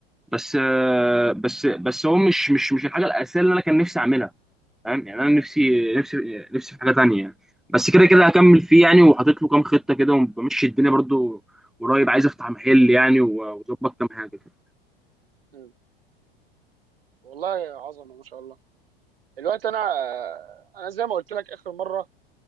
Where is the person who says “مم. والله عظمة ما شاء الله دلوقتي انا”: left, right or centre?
Right